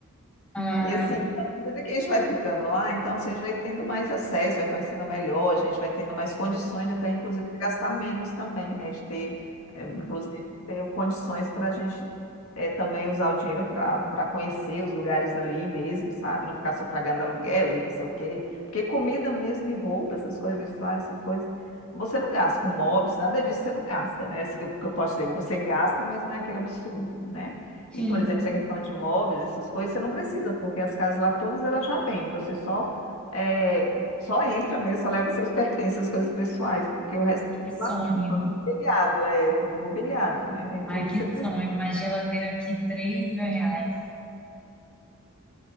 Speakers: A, in the centre; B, on the left.
A: Ah,
B: e assim,
A: entendi.
B: então, à medida que a gente vai ficando lá, então assim, a gente vai tendo mais acesso, vai conhecendo melhor, a gente vai tendo mais condições de até, inclusive, de gastar menos também, né? De ter, eh, inclusive, ter condições para a gente eh, também usar o dinheiro para para conhecer os lugares ali mesmo, sabe? Não ficar só pagando aluguel e não sei o quê. Porque comida mesmo e roupa, essas coisas, vestuário, essas coisas, você não gasta com móveis, nada disso você não gasta, né? Isso que eu, que eu posso dizer, você gasta, mas não é aquele absurdo, né?
A: Sim,
B: E, por exemplo, essa questão de móveis, essas coisas, você não precisa, porque as casas lá todas elas já vêm. Você só é, só entra mesmo, só leva os seus <laughs> pertences, as coisas pessoais, porque o resto é
A: que
B: tudo
A: sonho.
B: lá dentro, todo mobiliado, é tudo mobiliado, né? Tem tudo
A: Ai, que
B: que você precisa.
A: sonho. Uma geladeira aqui, três mil reais.